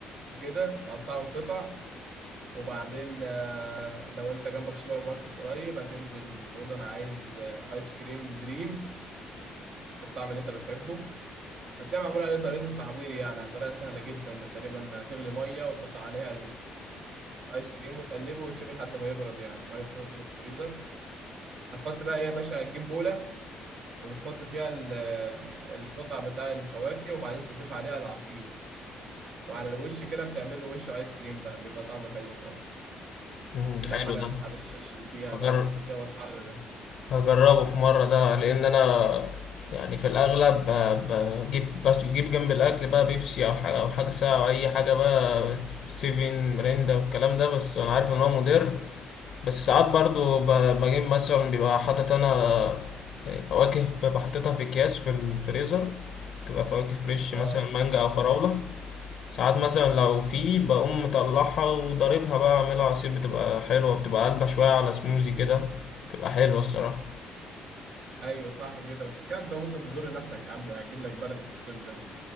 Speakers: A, on the right; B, on the left.
A: وكده تقطعهم قطع وبعدين آه، لو انت جنبك سوبر ماركت قريب هتنزل تقول له انا عايز آه، ايس كريم دريم الطعم اللي انت بتحبه هتلاقي معمول عليه طريقة التحضير يعني طريقة سهلة جدا تقريبا هتغلي مية وتحط عليها الآيس كريم وتقلبه وتسيبه لحد ما يبرد يعني وبعدين تحطه في الفريزر هتحط بقى ايه يا باشا هتجيب بولة وتحط فيها ال- القطع بتاع الفواكه وبعدين تضيف عليها العصير وعلى الوش كده بتعمله وش آيس كريم بقى بيبقى طعمه حلو خالص
B: امم
A: دي لو
B: حلو
A: حاجة انت
B: ده
A: حابب تفصل بيها
B: هجرب
A: بعد في الجو الحر ده
B: هجربه في مره ده لان انا يعني في الاغلب ب- بجيب بس بجيب جنب الاكل بقى بيبسي او حاجه او حاجه ساقعه او اي حاجه بقى سيفن مريندا والكلام ده بس انا عارف ان هو مضر بس ساعات برضو ب- بجيب مثلا بيبقى حاطط انا آه، فواكه ببقى حاططها في اكياس في الفريزر تبقى فواكه فريش
A: اه
B: مثلا مانجا او فراولة ساعات مثلا لو في بقوم مطلعها وضاربها بقى اعملها عصير بتبقى حلوة بتبقى قلبة شوية على سموزي كده بتبقى حلوة الصراحة
A: ايوه صح كده بس كده انت ممكن تضر نفسك يا عم هتجيب لك برد في الصيف ده